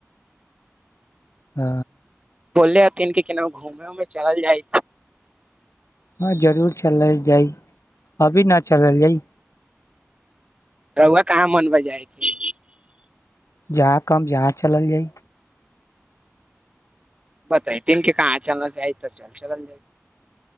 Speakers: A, on the left; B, on the right.
A: ओ
B: बोलले हथिन कि केना घूमे उमे चल जाय
A: हँ जरूर चलल जाइ अभी न चलल जाइ
B: रउआ कहाँ मनबे जाइ छी
A: जहाँ कहब जहाँ चलल जाइ
B: बताय दिन के का जहाँ चलना चाही तऽ चल चलल जाइ